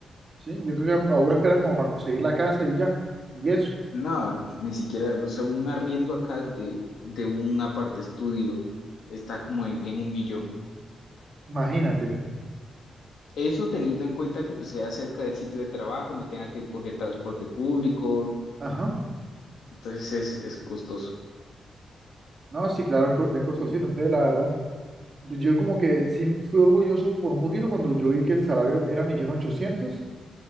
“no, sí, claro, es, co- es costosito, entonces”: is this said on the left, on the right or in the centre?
Right